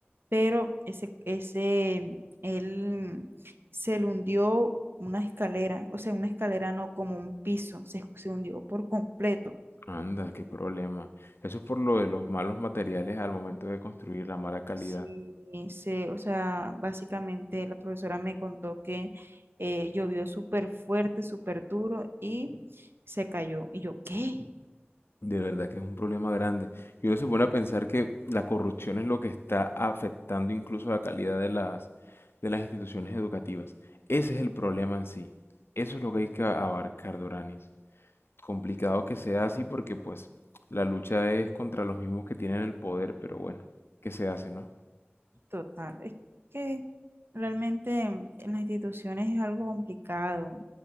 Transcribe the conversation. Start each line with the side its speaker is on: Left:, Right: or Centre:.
Right: pero ese, ese, él se le hundió una escalera, o sea, una escalera no, como un piso, se, se hundió por completo.
Left: Anda, qué problema. Eso es por lo de los malos materiales al momento de construir, la mala calidad.
Right: Sí, sé, o sea, básicamente la profesora me contó que eh, llovió súper fuerte, súper duro y se cayó. Y yo, ¿qué?
Left: De verdad que es un problema grande. Y uno se pone a pensar que la corrupción es lo que está afectando incluso la calidad de las, de las instituciones educativas. Ese es el problema en sí. Eso es lo que hay que abarcar, Doranis. Complicado que sea así porque pues la lucha es contra los mismos que tienen el poder, pero bueno, ¿qué se hace, no?
Right: Total, es que realmente en las instituciones es algo complicado.